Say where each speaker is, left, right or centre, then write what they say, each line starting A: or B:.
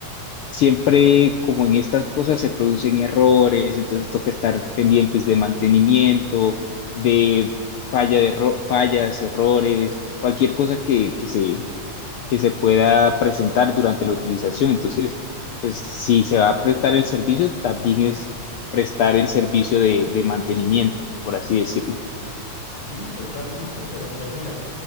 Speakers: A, on the left; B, on the left.
A: siempre como en estas cosas se producen errores, entonces toca estar pendientes de mantenimiento, de falla de erro- fallas, errores, cualquier cosa que, que se que se pueda presentar durante la utilización. Entonces, pues si se va a prestar el servicio, también es prestar el servicio de, de mantenimiento, por así decirlo.
B: Sí, totalmente, pero pues mira,